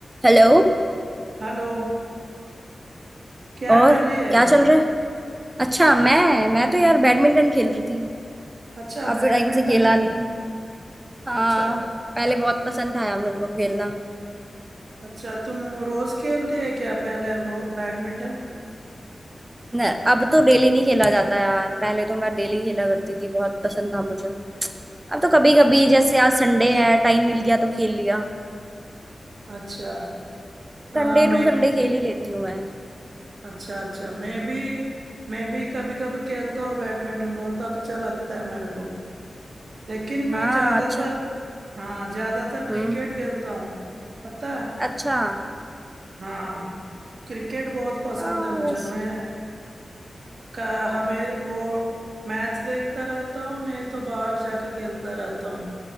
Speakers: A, on the right; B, on the right.
A: हेलो
B: Hello क्या
A: और
B: कर रही है
A: क्या चल रहा है अच्छा मैं मैं तो यार बैडमिंटन खेल रही थी
B: अच्छा
A: काफी
B: बैडमिंटन
A: टाइम से खेला नहीं हाँ
B: अच्छा
A: पहले बहुत पसंद था यार मेरे को खेलना
B: अच्छा तुम रोज खेलती है क्या पहले रो बैडमिंटन
A: न, अब तो डेली नहीं खेला जाता यार पहले तो मैं डेली खेला करती थी बहुत पसंद था मुझे अब तो कभी कभी जैसे आज संडे है टाइम मिल गया तो खेल लिया
B: अच्छा हाँ
A: संडे
B: मैं
A: टू संडे खेल ही लेती हूँ मैं
B: अच्छा अच्छा मैं भी मैं भी कभी कभी खेलता हूँ बैडमिंटन बहुत अच्छा लगता है मेरे को लेकिन मैं
A: हाँ
B: ज्यादातर
A: अच्छा
B: हाँ ज्यादातर
A: हम्म
B: क्रिकेट खेलता हूँ पता है
A: अच्छा
B: हाँ क्रिकेट बहुत पसंद
A: हाँ
B: है मुझे
A: वैसे
B: मैं का हमें वो मैच देखता रहता हूँ नहीं तो बाहर जाके खेलता रहता हूँ